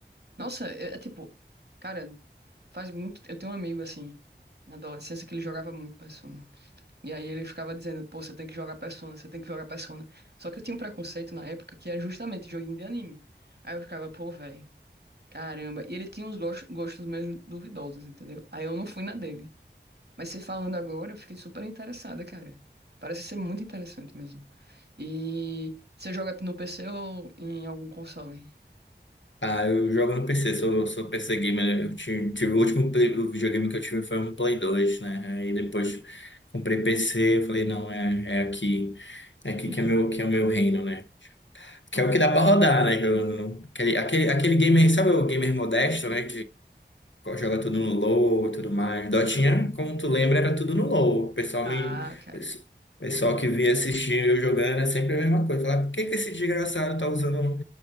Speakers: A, on the right; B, on the left.
A: Nossa, é, é tipo. Cara, faz muito. Eu tenho um amigo, assim, na adolescência, que ele jogava muito Persona. E aí ele ficava dizendo, pô, você tem que jogar Persona, você tem que jogar Persona. Só que eu tinha um preconceito na época que era justamente joguinho de anime. Aí eu ficava, pô, velho, caramba. E ele tinha uns gos- gostos meio duvidosos, entendeu? Aí eu não fui na dele. Mas você falando agora, eu fiquei super interessada, cara. Parece ser muito interessante mesmo. E você joga no PC ou em algum console?
B: Ah, eu jogo no PC, sou, sou PC gamer. Eu tive, tive o último play- o videogame que eu tive foi um Play 2, né? Aí depois comprei PC, eu falei, não, é, é aqui, é aqui
A: <laughs>
B: que é meu, que é o meu reino, né? Que é o que dá pra rodar, né? Que eu não- aquele, aquele, aquele gamer, sabe o gamer modesto, né? joga tudo no low e tudo mais. Dotinha, como tu lembra, era tudo no low. O pessoal
A: Ah,
B: me. o
A: cara.
B: pessoal que via assistir eu jogando é sempre a mesma coisa. Falar, por que que esse desgraçado tá usando, um,